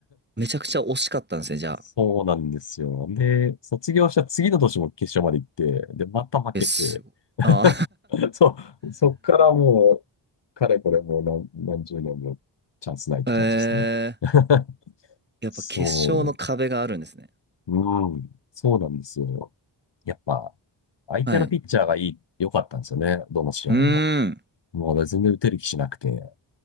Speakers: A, on the right (about 20°); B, on the left (about 60°).
A: めちゃくちゃ惜しかったんですね、じゃあ。
B: そうなんですよ。で、卒業した次の年も決勝まで行って、で、また負けて、
A: え、すご、あ
B: <laughs> そう、そっからもう、かれこれもう何、何十年もチャンスないって感じですね。
A: あ <laughs>
B: <laughs>
A: えー、やっぱ決勝の壁があるんですね。
B: そう、うん、そうなんですよ。やっぱ、相手のピッチャーがいい、
A: はい。
B: 良かったんですよね、どの試合も。
A: うーん。
B: もう全然打てる気しなくて。